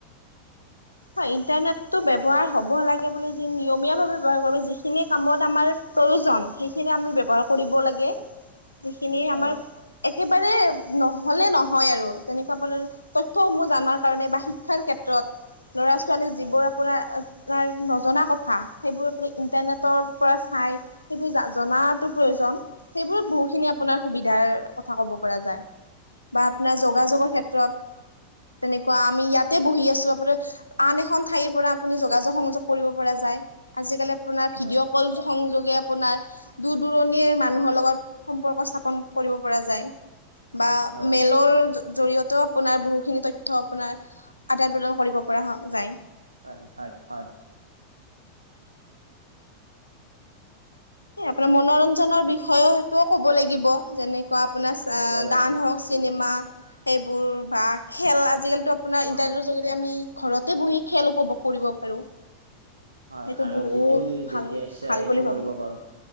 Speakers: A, on the left (about 80°); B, on the right (about 80°).
A: হয়! ইণ্টাৰনেটটো ব্যৱহাৰ হ'ব লাগে বুলি যি, নিয়মীয়াভাৱে ব্যৱহাৰ কৰিব, যিখিনি কামত আমাৰ প্ৰয়োজন সেইখিনি আমি ব্যৱহাৰ কৰিব লাগে
B: <unintelligible>
A: সেইখিনি
B: হয়
A: আমাৰ একেবাৰে নহলে নহয় আৰু তেনেকুৱা তথ্যসমূহ জনাৰ কাৰণে বা শিক্ষাৰ ক্ষেত্ৰত ল'ৰা -ছোৱালী
B: হয়
A: যিবোৰ আপোনাৰ, নজনা কথা! সেইবোৰ আপুনি ইণ্টাৰনেটৰ
B: হয়
A: পৰা চাই। সেইবোৰ, জা জনাটো প্ৰয়োজন। সেইবোৰত বহু খিনি
B: হয়
A: আপুনাৰ সুবিধা সুবিধাৰ কথা ক'ব পৰা যায়। বা আপোনাৰ যোগা-
B: হয়
A: যোগৰ ক্ষেত্ৰত তেনেকুৱা! আমি ইয়াতে বহি আছোঁ। আপোনাৰ আন এখন ঠাইৰ পৰা আপুনি যোগাযোগ সংযোগ কৰিব পৰা যায়। আজিকালি আপোনাৰ ভিডিঅ'
B: হয়
A: কল সংযোগে আপোনাৰ দূৰ দূৰণিৰ মানুহৰ লগত সম্পৰ্ক স্থাপন কৰিব পৰা যায়। বা
B: হয়
A: মেলৰ জৰিয়তেও আপোনাৰ বহুখিনি তথ্য আপোনাৰ আদান প্ৰদান কৰিব পৰা হ যায়।
B: হয় হয় হয়
A: এ আপোনাৰ মনোৰঞ্জনৰ বিষয়টোও ক'ব লাগিব যেনেকুৱা আপোনাৰ
B: ক'ব লাগিব
A: গান হওক
B: হয়
A: চিনেমা সেইবোৰ বা খেল আজিকালিতো আপোনাৰ
B: অ
A: ইন্টাৰনেটৰ যোগেদি আমি ঘৰতে বহি খেল উপভোগ কৰিব পাৰো
B: হয়
A: সেইটো
B: আৰু
A: বহুত
B: যিটো
A: ভাল
B: যেতিয়া ইচ্ছা
A: ভাল
B: সেইটো
A: বুলি ভাবো
B: কৰিব পাৰো